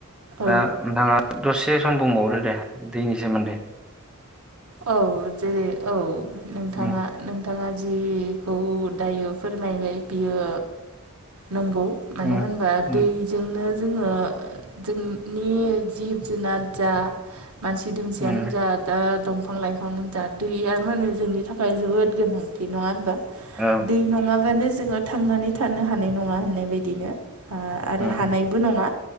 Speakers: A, on the right; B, in the centre.
A: औ
B: दा नोंथाङा दसे सम बुंबावदो दे दैनि सोमोन्दो
A: औ जेरै औ नोंथाङा
B: उम
A: नोंथाङा जि खौ दायो फोरमायबाय बियो नंगौ मानो
B: उम
A: होनबा
B: उम
A: दैजोंनो जोङो जोंनि जिब जुनार जा मानसि दुमसियानो
B: उम
A: जा दा बिफां लाइफां जा दैया माने जोंनि थाखाय जोबोद गोनांथि नङा होनबा
B: औ
A: दै नङाबानो जोङो थांनानै थानो हानाय नङा होननाय बायदिनो आ आरो
B: उम
A: हानायबो नङा